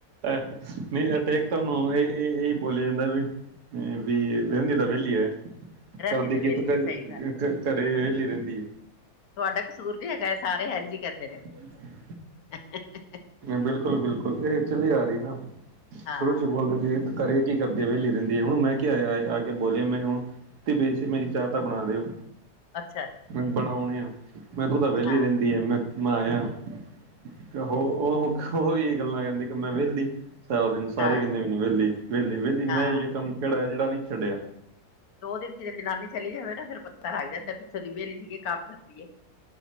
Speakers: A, on the right; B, on the left.
A: ਐ ਨਹੀਂ ਏ ਤੇ ਇਕ ਕਮ ਏ ਏ ਬੋਲੀ ਜਾਂਦਾ ਵੀ ਵੀ ਰੈਹਿੰਦੀ ਤਾਂ ਵਿਹਲੀ ਐ
B: ਰਹਿੰਦੀ
A: ਕਰਦੀ
B: ਤੇ
A: ਕੀ
B: ਵਿਹਲੀ
A: ਏ ਤੂੰ ਕਿਹ
B: ਸਹੀ ਗੱਲ ਏ।
A: ਘ ਘਰੇ ਵੇਲੀ ਰਹਿੰਦੀ ਏ
B: ਤੁਹਾਡਾ ਕਸੂਰ ਨੀ ਹੈਗਾ ਏ ਸਾਰੇ ਹੈਂਜੀ ਕਹਿੰਦੇ ਨੇ
A: <inaudible>
B: <unintelligible>
A: ਬਿਲਕੁਲ-ਬਿਲਕੁਲ ਇਹ ਚੱਲੀ ਆ ਰਹੀ ਏ ਨਾ
B: ਹਾਂ,
A: ਸ਼ੁਰੂ ਚ ਹੀ ਬੋਲਦੇ ਸੀ ਘਰੇ ਕੀ ਕਰਦੀ ਏ ਵਿਹਲੀ ਰਹਿੰਦੀ ਹੁਨ ਮੈਂ ਕਿਹਾ ਇਆ ਆ ਕੇ ਬੋਲਿਆ ਮੈਂ ਹੁਨ ਸੁਤੀ ਪਈ ਸੀ, ਮੈ ਕਿਹਾ ਚਾਹ ਤਾਂ ਬਨਾ ਦੇਓ
B: ਅੱਛਾ।
A: ਮੈਂ ਬਣਾਉਣੇ ਆ ਮੈਂ ਤੂੰ ਤਾਂ ਵਿਹਲੀ
B: ਹਾਂ,
A: ਰਹਿੰਦੀ ਆ ਮੈਂ ਆਇਆ ਉਹ ਉਹ ਉਹ ਵੀ ਇਹੀ ਗੱਲਾਂ ਕਹਿੰਦੀ ਕਿ ਮੈਂ ਵੇਹਲੀ ਸਾਰਾ ਦਿਨ ਸਾਰੇ
B: ਹਾਂ,
A: ਕੈਂਹਦੇ ਮੈਨੂੰ ਵਿਹਲ- ਵਿਹਲੀ-ਵਿਹਲੀ
B: ਹਾਂ।
A: ਮੈਂ ਅਜੇਹਾ ਕੰਮ ਕਿਹੜਾ ਏ ਜਿਹੜਾ ਨਹੀਂ ਛੱਡਿਆ।
B: ਦੋ ਦਿਨ ਕਿਧਰੇ ਜਨਾਨੀ ਚਲੀ ਜਾਵੇ ਨਾ ਫਿਰ ਪੱਤਾ ਲੱਗ ਜਾਂਦਾ ਪਿੱਛੋਂ ਦੀ ਵੇਹਲੀ ਸੀਗੀ ਕੰਮ ਕਰਦੀ ਏ